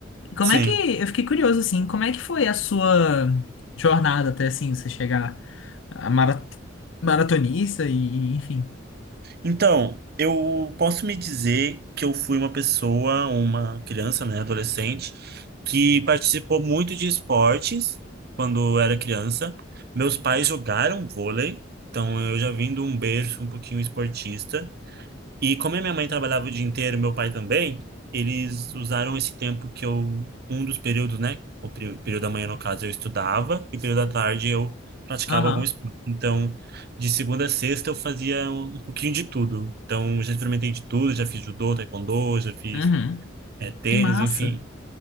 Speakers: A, on the left (about 70°); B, on the right (about 55°).
A: Como
B: Sim.
A: é que, eu fiquei curioso, assim, como é que foi a sua jornada até, assim, você chegar a mara, maratonista e, e, enfim.
B: Então, eu posso me dizer que eu fui uma pessoa, uma criança, né, adolescente, que participou muito de esportes quando era criança. Meus pais jogaram vôlei, então eu já vim de um berço um pouquinho esportista. E como a minha mãe trabalhava o dia inteiro, meu pai também, eles usaram esse tempo que eu, um dos períodos, né? O peri- período da manhã, no caso, eu estudava, e o período da tarde eu praticava
A: Aham,
B: algum esporte. Então, de segunda a sexta, eu fazia um, um pouquinho de tudo. Então, já experimentei de tudo, já fiz judô, taekwondo, já fiz
A: uhum.
B: eh, tênis,
A: Que massa.
B: enfim.